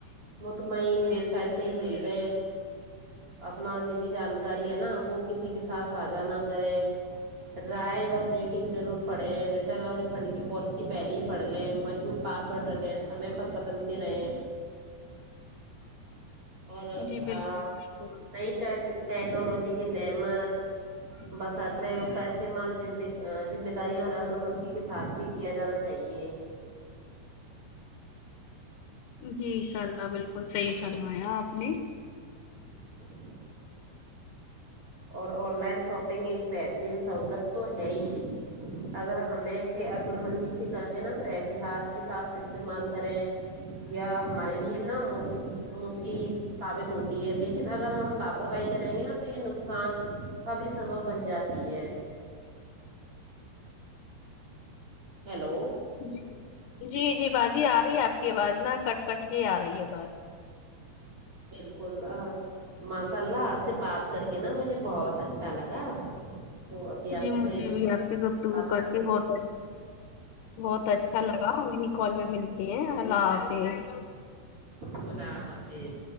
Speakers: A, on the right; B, on the left.
A: مطمئن ویب سائٹ سے ہی خریدے اپنا نجی جانکاری ہے نا وہ کسی کے ساتھ ساجھا نہ کریں رائے اور ریٹنگ ضرور پڑے ریٹرن اور ریفنڈ کی پالیسی پہلے ہی پڑھ لے مجبوط پاسورڈ رکھے ہیں سمے پر بدلتے رہے اور
B: جی بالکل
A: آ
B: بالکل
A: نئی ٹیک ٹیکنالوجی کی نعمت بشرط ہے اس کا استعمال ذمے ذمہ داری اور عقلمندی کے ساتھ بھی کیا جانا چ صحیح ہے
B: جی انشاء اللہ بالکل صحیح فرمایا آپ نے
A: <inaudible> اور آن لائن شاپنگ ایک بہترین سہولت تو ہے ہی اگر ہمیں اسے عقلمندی سے کرتے ہیں نا تو احتیاط کے ساتھ استعمال کریں یا ہمارے لیے نا موف مسیب ثابت ہوتی ہے لیکن اگر ہم لاپرواہی کریں گے نا تو یہ ن نقصان کا بھی سبب بن جاتی ہے ہیلو
B: جی جی جی باجی آ رہی ہے آپ کی آواز نہ کٹ کٹ کے آ رہی ہے بار
A: بالکل اآ ما سا اللہ آس سے بات کر کے نا مجھے بہت اچھا لگا تو ابھی آپ
B: جی
A: سے
B: مجھے
A: پھر ملاقات
B: بھی آپ سے گفتگو کر کے
A: ہوگی۔
B: بہت بہت اچھا لگا انی کال میں ملتی ہیں اللہ حافظ
A: خدا حافظ